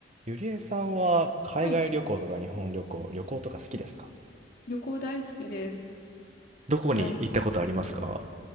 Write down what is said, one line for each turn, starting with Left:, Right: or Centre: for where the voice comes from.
Right: ゆりえさんは海外旅行とか日本旅行、
Left: はい。
Right: 旅行とか好きですか
Left: 旅行大好きです。
Right: どこに行ったことありますか
Left: はい。